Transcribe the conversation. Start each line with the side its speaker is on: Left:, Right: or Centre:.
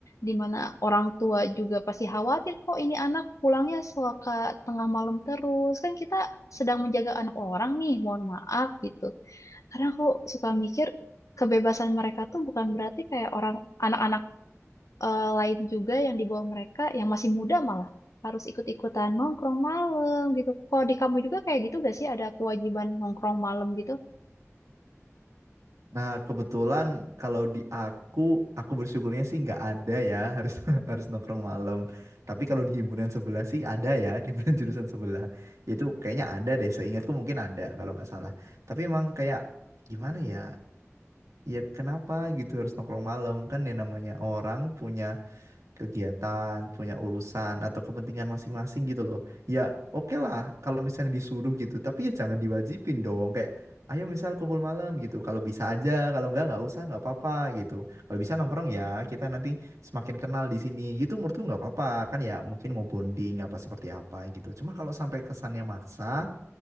Left: di mana orang tua juga pasti khawatir kok ini anak pulangnya suka tengah malam terus kan kita sedang menjaga anak orang nih mohon maaf gitu karena aku suka mikir kebebasan mereka tuh bukan berarti kayak orang anak-anak eh, lain juga yang di bawah mereka yang masih muda malah harus ikut-ikutan nongkrong malam gitu. Kalau di kamu juga kayak gitu gak sih ada kewajiban nongkrong malam gitu?
Right: Nah, kebetulan kalau di aku, aku bersyukurnya sih nggak ada ya, harus <laughs> harus nongkrong malam. Tapi kalau di himpunan sebelah sih ada ya, di himpunan <laughs> jurusan sebelah. Ya Itu kayaknya ada deh, seingatku mungkin ada kalau nggak salah. Tapi emang kayak gimana ya? Ya kenapa gitu harus nongkrong malam kan yang namanya orang punya kegiatan, punya urusan atau kepentingan masing-masing gitu loh. Ya, oke lah kalau misalnya disuruh gitu, tapi ya jangan diwajibin dong. Kayak ayo misal kumpul malam gitu. Kalau bisa aja, kalau enggak nggak usah, nggak apa-apa gitu. Kalau bisa nongkrong ya, kita nanti semakin kenal di sini. Gitu menurutku nggak apa-apa kan ya, mungkin mau bonding apa seperti apa gitu. Cuma kalau sampai kesannya maksa,